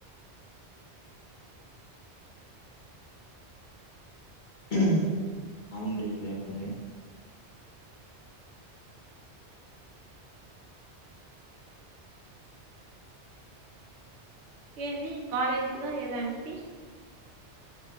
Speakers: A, on the left; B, on the right.
A: <unintelligible> రేపు ఉంది
B: ఏది కాలేజ్ లో ఏదంటి